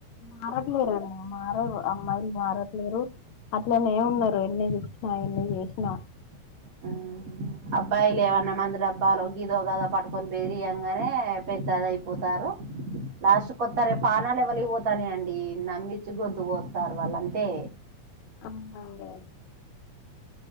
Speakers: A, on the left; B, on the right.
A: మారట్లేరు మారరు అమ్మాయిలు మారట్లేరు అట్లనే ఏమి ఉన్నారు ఎన్ని మా ఆయన చేసిన
B: ఆ అబ్బాయిలు ఏమన్నా మందుడి అబ్బాలో గీదో గదో పట్కొని పెదిరియంగానే పెద్దది అయిపోతారు హ లాస్ట్ కొస్తారే పానాలు ఎవలిగి పోతానే అండి నమ్మిచ్చి గొంతు కొత్తరు వాళ్ళంతే
A: <unintelligible>